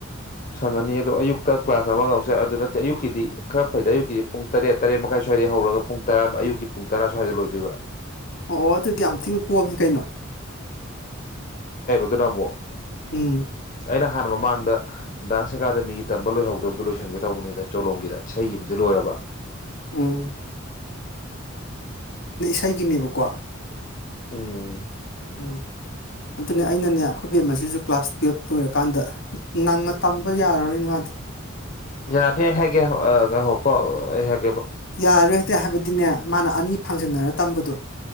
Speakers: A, on the left (about 40°); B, on the left (about 70°).
A: ꯁꯪꯉꯅꯤ ꯑꯗꯣ ꯑꯌꯨꯛꯇ ꯀ꯭ꯂꯥꯁ ꯑꯃꯒ ꯑꯃꯨꯛ ꯆꯠ ꯑꯗꯨ ꯅꯠꯇꯦ ꯑꯌꯨꯛꯀꯤꯗꯤ ꯈꯔ ꯐꯩꯗꯦ ꯑꯌꯨꯛꯀꯤꯗꯤ ꯄꯨꯡ ꯇꯔꯦꯠ ꯇꯔꯦꯠ ꯃꯈꯥꯏ ꯁ꯭ꯋꯥꯏꯗꯩ ꯍꯧꯔꯒ ꯄꯨꯡ ꯇꯔꯥ ꯑꯌꯨꯛꯀꯤ ꯄꯨꯡ ꯇꯔꯥ ꯁ꯭ꯋꯥꯏꯗ ꯂꯣꯏꯗꯣꯏꯕ
B: ꯑꯣ ꯑꯣ ꯑꯗꯨꯗꯤ ꯌꯥꯝ ꯊꯤꯅ ꯀꯣꯝꯃꯤ ꯀꯩꯅꯣ
A: ꯑꯗꯨꯅꯃꯨꯛ
B: ꯎꯝ
A: ꯑꯩꯅ ꯍꯥꯟꯅ ꯃꯃꯥꯡꯗ ꯗꯥꯟꯁ ꯑꯦꯀꯥꯗꯃꯤꯒꯤ ꯇꯝꯕ ꯂꯣꯏꯍꯧꯗꯕꯗꯣ ꯂꯣꯏꯁꯤꯟꯒꯦ ꯇꯧꯕꯅꯤꯗ ꯆꯣꯂꯣꯝꯒꯤꯗ ꯏꯁꯩꯒꯤꯕꯨꯗꯤ ꯂꯣꯏꯔꯕ
B: ꯎꯝ ꯑꯩꯒꯤꯅꯦꯕꯀꯣ
A: ꯎꯝ
B: ꯎꯝ ꯑꯗꯨꯅꯦ ꯑꯩꯅꯅꯦ ꯑꯩꯈꯣꯏ ꯕꯦꯝꯃꯁꯤꯁꯨ ꯀ꯭ꯂꯥꯁ ꯇꯨꯌꯦꯜꯞ ꯂꯣꯏꯔꯀꯥꯟꯗ ꯅꯪꯅ ꯇꯝꯕ ꯌꯥꯔꯔꯣꯏꯅ ꯃꯥꯗꯤ
A: ꯌꯥꯅꯤ ꯑꯩ ꯍꯥꯏꯒꯦ ꯉꯥꯏꯈꯣꯀꯣ ꯑꯩ ꯍꯥꯏ
B: ꯌꯥꯔꯣꯏ ꯍꯥꯏꯗꯤ ꯍꯥꯏꯕꯗꯤꯅꯦ ꯃꯥꯅ ꯑꯅꯤ ꯐꯪꯖꯟꯅꯔ ꯇꯝꯕꯗꯣ